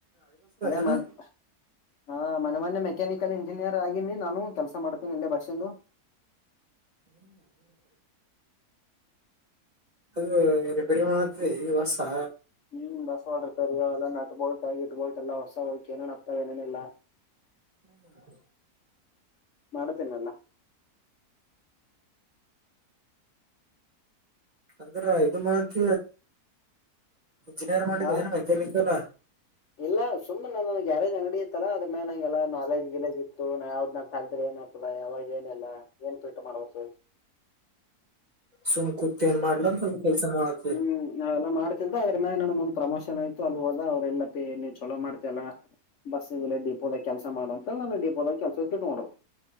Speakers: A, on the left; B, on the right.
A: ಅದೇ
B: ಏನು
A: ಮನೆ ಹಾ ಮೊನೆ ಮೊನೆ ಮೆಕ್ಯಾನಿಕಲ್ ಇಂಜಿನಿಯರ್ ಆಗೀನಿ ನಾನು ಕೆಲಸ ಮಾಡ್ತೇನಿ ಇಲ್ಲೇ ಬಷಿಂದು
B: ಹ್ಮ್ ಹ್ಮ್ ಅದು ರಿಪೇರಿ ಮಾಡತಿ ಬಸ್ಸಾ
A: ಹ್ಮ್ ಬಸ್ ಹೊಡರ್ತರಿ ಅವೆಲ್ಲ ನಟ್ ಬೋಳ್ಟ ಇಟ್ಬೋಟ ಎಲ್ಲ ಹೊಸ ಹೋಗಿ ಏನೆನ ಹತ್ತವ ಏನಿಲ್ಲಾ
B: ಹ್ಮ
A: ಮಾಡ್ತೇನೇಲ್ಲಾ
B: ಅಂದ್ರ ಇದು ಮತ್ತ ಇಂಜಿನಿಯರ್ ಮಾಡಿದ
A: ಹಾ
B: ಏನ್ ಮೆಕ್ಯಾನಿಕಲ್
A: ಇಲ್ಲ ಸುಮ್ಮ್ ನಮ್ಮ ಗ್ಯಾರೇಜ್ ಅಂಗಡಿ ಇತ್ತ ಅ್ರ ಮೇಲೆ ನಂಗೆಲ್ಲ ನಾಲಜ ಗಿಲೇಜ ಇತ್ತುಾ ಯಾವ್ದ ನ ಕ್ರೆ ಏನ್ ಅವಾಗ ಏನೆಲ್ಲಾ ಏನ್ ಪೀಟ ಮಾಡ್ಬೇಕು
B: ಸುಮ್ ಕೂತ್ ಏನ್ ಮಾಡ್ಲಂತ ಕೆಲ್ಸ ಮಾಡತಿ
A: ಹ್ಮ್ ನಾವೆಲ್ಲ ಮಾಡ್ ಆದ್ರ ಮ್ಯಾಗ ನನ್ನಗ ಒಂದ್ ಪ್ರಮೋಷನ್ ಆಯ್ತ ಅಲ್ಲಿ ಹೋದ ಅವ್ರ ಎಲ್ಲಪ್ಪ ನೀವು ಚಲೋ ಮಾಡ್ತಲ್ಲಾ ಬಸ್ಸ ಡಿಪೋದಾಗ ಕೆಲಸ ಮಾಡ ಅಂತ ನ ಡಿಪೋದಾಗ ಕೆಲಸಕ ಇಟ್ಟಗೋಡಾರು